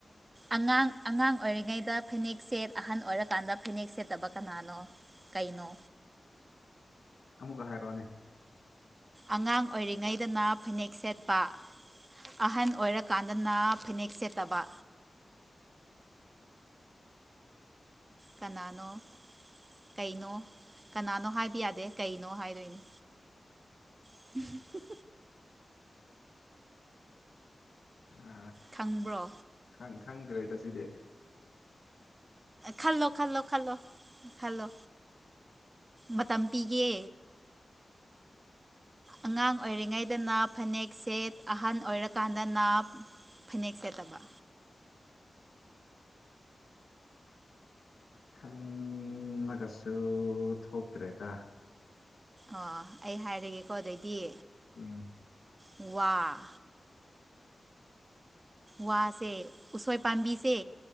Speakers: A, on the right; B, on the left.
A: ꯑꯉꯥꯡ ꯑꯉꯥꯡ ꯑꯣꯏꯔꯤꯉꯩꯗ ꯐꯅꯦꯛ ꯁꯦꯠ ꯑꯍꯟ ꯑꯣꯏꯔꯀꯥꯟꯗ ꯐꯅꯦꯛ ꯁꯦꯠꯇꯕ ꯀꯅꯥꯅꯣ ꯀꯩꯅꯣ
B: ꯑꯃꯨꯛꯀ ꯍꯥꯏꯔꯛꯑꯣꯅꯦ
A: ꯑꯉꯥꯡ ꯑꯣꯏꯔꯤꯉꯩꯗꯅ ꯐꯅꯦꯛ ꯁꯦꯠꯄ ꯑꯍꯟ ꯑꯣꯏꯔꯀꯥꯟꯗꯅ ꯐꯤꯅꯦꯛ ꯁꯦꯠꯇꯕ ꯀꯅꯥꯅꯣ ꯀꯩꯅꯣ ꯀꯅꯥꯅꯣ ꯍꯥꯏꯕ ꯌꯥꯗꯦ ꯀꯩꯅꯣ ꯍꯥꯏꯗꯣꯏꯅꯤ <unintelligible>
B: ꯑ
A: ꯈꯪꯕ꯭ꯔꯣ
B: ꯈꯪ ꯈꯪꯗ꯭ꯔꯦꯗ ꯁꯤꯗꯤ
A: ꯈꯜꯂꯣ ꯈꯜꯂꯣ ꯈꯜꯂꯣ ꯈꯜꯂꯣ ꯃꯇꯝ ꯄꯤꯒꯦ ꯑꯉꯥꯡ ꯑꯣꯏꯔꯤꯉꯩꯗꯅ ꯐꯅꯦꯛꯁꯦ ꯑꯍꯜ ꯑꯣꯏꯔꯀꯥꯟꯗꯅ ꯐꯅꯦꯛ ꯁꯦꯠꯇꯕ
B: ꯈꯡꯂꯒꯁꯨ ꯊꯣꯛꯇꯔꯦꯗꯥ
A: ꯑꯣ ꯑꯩ ꯍꯥꯏꯔꯒꯦꯀꯣ ꯑꯗꯩꯗꯤ
B: ꯎꯝ
A: ꯋꯥ ꯋꯥꯁꯦ ꯎꯁꯣꯏ ꯄꯥꯝꯕꯤꯁꯦ